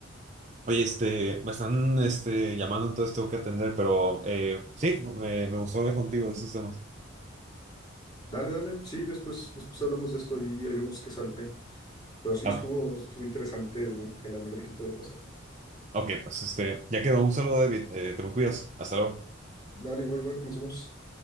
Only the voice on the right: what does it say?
Oye, este, me están este, llamando, entonces tengo que atender, pero eh, sí, me, me gustó hablar contigo de esos temas.
Ah,
ok, pues este, ya quedó. Un saludo, David. Eh, te me cuidas. Hasta luego.